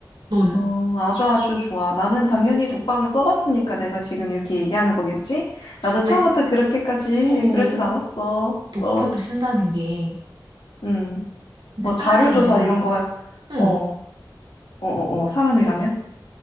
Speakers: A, on the right (about 75°); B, on the left (about 80°).
A: 너는?
B: 어, 아주 아주 좋아. 나는 당연히 독박을 써봤으니까 내가 지금 이렇게 얘기하는 거겠지? 나도
A: 아니,
B: 처음부터 그렇게까지
A: 어,
B: 그러진 않았어.
A: 독박을
B: 어,
A: 쓴다는 게,
B: 음,
A: 근데
B: 뭐 자료조사
A: 사람이라면,
B: 이런 거,
A: 응,
B: 어, 어, 어, 어, 사람이라면?